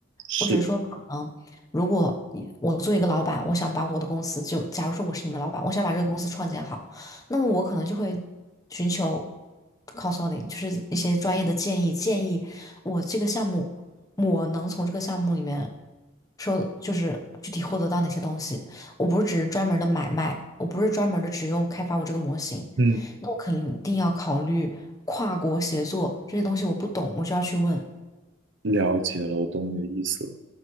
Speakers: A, on the right (about 60°); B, on the left (about 15°).
A: 是，
B: 我只是说，可能如果你我作为一个老板，我想把我的公司就，假如说我是你们老板，我想把这个公司创建好，那么我可能就会寻求 consulting，就是一些专业的建议，建议我这个项目，我能从这个项目里面收，就是具体获得到哪些东西。我不是只是专门的买卖，我不是专门的只用开发我这个模型，
A: 嗯，
B: 那我肯定要考虑跨国协作这些东西，我不懂，我就要去问。
A: 了解了，我懂你的意思了。